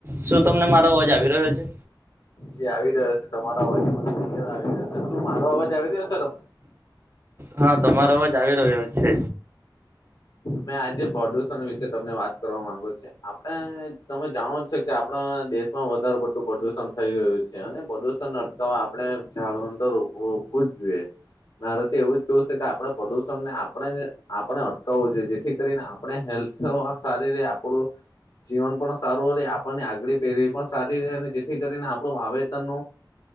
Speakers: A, on the right; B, on the left.
A: શું તમને મારો અવાજ આવી રહ્યો છે?
B: જે આવી રહ્યો છે તમારા અવાજમાં અયર આવી રહ્યો છે શું મારો અવાજ આવી રહ્યો છે તમને?
A: હા તમારો અવાજ આવી રહ્યો છે.
B: મેં આજે પ્રદુષણ વિશે તમને વાત કરવા માંગુ છે આપણે તમે જાણો છે. કે આપણા દેશમાં વધારે પ પ્રદુષણ થઈ રહ્યું છે અને પ્રદુષણ અ તો આપણે ઝાડુ તો વ જોઈએ, મારેતે એવું જ કેવું છે કે આપણે પ્રદુષણ ને આપણે આપણે અટકાવવું જોઈએ. જેથી કરીને આપણે હેલ્થ સારી ર આપણું જીવન પણ સારું આપણને આગળ પેઢી પણ સારી ર અને જેથી કરીને આપણું વાવેતર ન